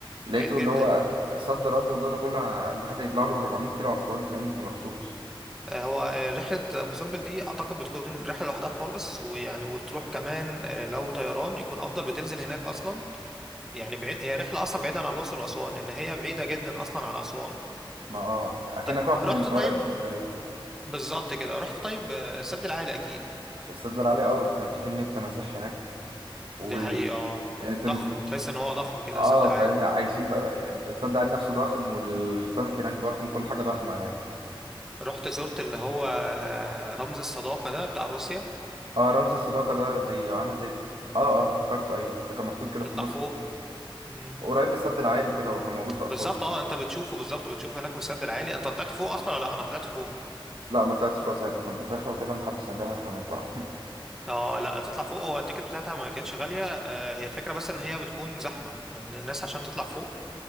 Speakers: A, on the right; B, in the centre.
A: لقيته
B: بعيد جدا
A: اللي هو صد رد وجدوا كله ه- الواحد هيبلع له 400 كيلو على الفاضي فاهمني فما رحتوش
B: آه، هو آه، رحلة أبو سمبل دي أعتقد بتكون رحلة لوحدها خالص ويعني وتروح كمان آه، لو طيران يكون أفضل بتنزل هناك أصلا يعني بعيد هي رحلة أصلا بعيدة عن الأقصر وأسوان لأن هي بعيدة جدا أصلا عن أسوان
A: ما اه اكنك
B: ط-
A: رحت
B: رحت
A: من القاهرة
B: طيب
A: لاسكندرية
B: بالظبط كده رحت طيب آه، السد العالي أكيد
A: الصدر عليه اه ده كان في كمية تماسيح هناك وال
B: دي حقيقة
A: يعني تم...
B: ضخم تحس إن هو ضخم كده
A: اه
B: السد العالي
A: فاهمني عايشين بقى الصدر عليه نفسه ضخم والسمك هناك ضخم وكل حاجة ضخمة هناك
B: رحت زرت اللي هو رمز الصداقة ده بتاع روسيا
A: اه رمز الصداقة ده زي عامل زي اه اه افتكرته ايوه ده كان محطوط كده
B: تطلع
A: في النص
B: فوق مم.
A: قريب من السد العالي وكده هو كان موجود في
B: بالظبط
A: أسوان
B: اه انت بتشوفه بالظبط بتشوفه هناك من السد العالي انت طلعت فوق اصلا ولا لا انا طلعت فوق
A: لا ما طلعتش فوق ساعتها كنت في رحلة وكده محدش نبهني احنا هنطلع
B: اه لا تطلع فوق هو التيكت بتاعتها ما كانتش غالية آه هي الفكرة بس ان هي بتكون زحمة ان الناس عشان تطلع فوق